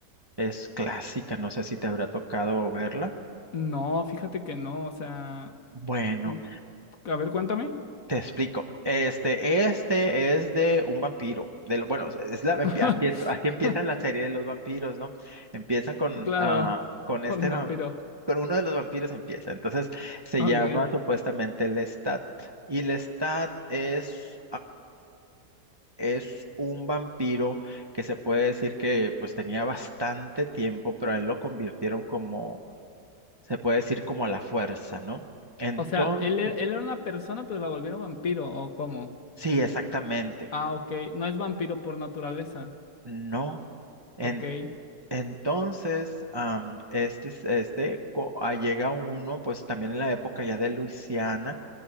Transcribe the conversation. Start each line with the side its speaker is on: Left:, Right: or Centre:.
Right: Es clásica, no sé si te habrá tocado verla.
Left: No, fíjate que no, o sea,
Right: Bueno,
Left: mm, a ver, cuéntame.
Right: te explico. Este, este es de un vampiro. Del, bueno, es la, empie-
Left: <laughs>
Right: así es, así empieza la serie de los vampiros, ¿no? Empiezan con,
Left: Claro,
Right: ah, con este,
Left: con un
Right: vam-
Left: vampiro.
Right: con uno de los vampiros empieza. Entonces se
Left: Ok.
Right: llama supuestamente Lestat. Y Lestat es, es un vampiro que se puede decir que pues tenía bastante tiempo, pero a él lo convirtieron como, se puede decir como a la fuerza, ¿no? Entonces,
Left: O sea, él, e- él era una persona, pero la volvieron vampiro, ¿o cómo?
Right: sí, exactamente.
Left: Ah, ok. No es vampiro por naturaleza.
Right: No. En-
Left: Ok.
Right: entonces, am, este, es- este co- ah, llega uno, pues también en la época ya de Luisiana,